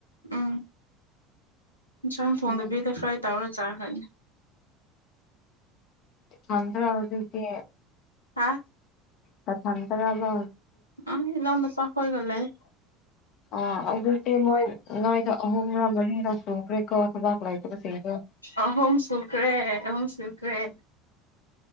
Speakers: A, on the left; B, on the left.
A: ꯎꯝ ꯏꯟꯁꯥꯡ ꯊꯣꯡꯗꯕꯤꯗ
B: ꯎꯝ
A: ꯐ꯭ꯔꯥꯏ ꯇꯧꯔ ꯆꯥꯈꯅꯤ
B: ꯆꯗ꯭ꯔ ꯍꯧꯗꯤ
A: ꯍꯥ
B: ꯇꯊꯇꯔꯕ
A: ꯑ ꯏ ꯂꯗ ꯄꯒ ꯂꯦ
B: ꯑ ꯑꯗꯨꯖꯤꯛꯇꯤ ꯃꯣꯏ ꯅꯣꯏꯗ ꯑꯍꯨꯝꯔꯥ ꯃꯔꯤꯔꯥ ꯁꯨꯈ꯭ꯔꯦꯀꯣ ꯊꯕꯥꯛ ꯂꯥꯏꯇꯁꯤꯡꯗꯣ
A: ꯑꯍꯣꯝ ꯁꯨꯈ꯭ꯔꯦ ꯑꯍꯝ ꯁꯨꯈ꯭ꯔꯦ